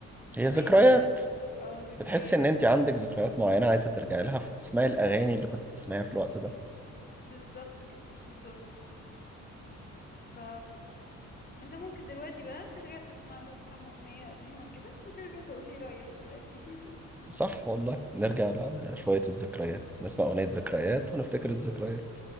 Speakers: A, on the left (about 30°); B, in the centre.
A: زمان
B: هي ذكريات
A: كده اه ذكريات
B: بتحس ان انت عندك ذكريات معينة عايزة ترجعي لها فتسمعي الاغاني اللي كنت بتسمعيها في الوقت ده
A: بالظبط كده بالظبط ف انت ممكن دلوقتي بقى ترجع تسمع له كام اغنية قديمة كده وترجع تقولي رأيك في القديم
B: صح والله نرجع لشوية الذكريات نسمع اغنية ذكريات ونفتكر الذكريات